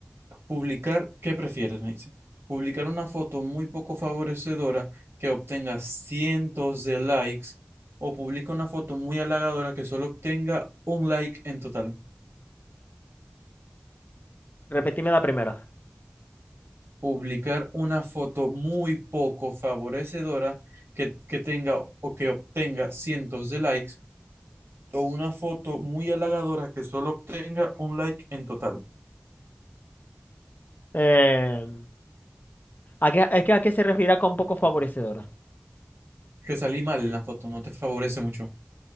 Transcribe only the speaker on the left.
Repetime la primera.
Eh, ¿a qué, es que a qué se referirá con poco favorecedor?